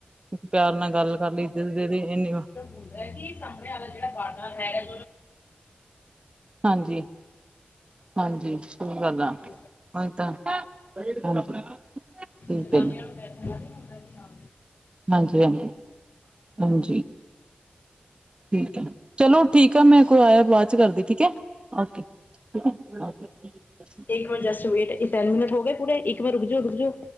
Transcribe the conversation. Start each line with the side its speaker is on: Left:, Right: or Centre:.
Right: ਪਿਆਰ ਨਾਲ ਗੱਲ ਕਰ ਲਈ। ਦ ਇਨੀੇ
Left: ਹੁੰਦਾ ਕਿ ਸਾਹਮਣੇ ਵਾਲਾ ਜਿਹੜਾ ਬਾਡਰ ਹੈ।
Right: ਹਾਂਜੀ, ਹਾਂਜੀ, ਸਹੀ ਗੱਲ ਆ।
Left: <unintelligible>
Right: ਉਹੀ ਤਾਂ ਹਾਂਜੀ ਠੀਕ
Left: ਜਨਾਨੀਆਂ ਨੂੰ ਪੈਸੇ ਦਾ ਨੀ ਹੁੰਦਾ ਹੀ ਨਾ।
Right: ਹਾਂਜੀ-ਹਾਂਜੀ, ਹਾਂਜੀ। ਠੀਕ ਹੈ, ਚਲੋ ਠੀਕ ਆ। ਮੈਂ ਕੋਈ ਆਇਆ ਬਾਅਦ ਚ ਕਰਦੀ ਠੀਕ ਹੈ ਓਕੇ। <unintelligible>
Left: ਇੱਕ ਵਾਰ ਜਸਟ ਵੇਟ, ਟੈਨ ਮਿੰਟ ਹੋ ਗਏ ਪੂਰੇ। ਇੱਕ ਵਾਰ ਰੁਕ ਜਾੋ- ਰੁਕ ਜਾੋ।